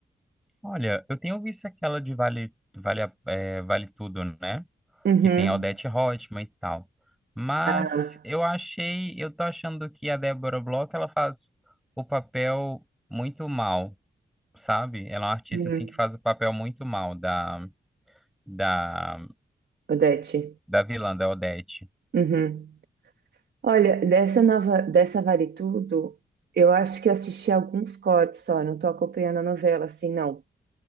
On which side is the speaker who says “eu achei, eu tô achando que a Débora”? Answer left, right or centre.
Centre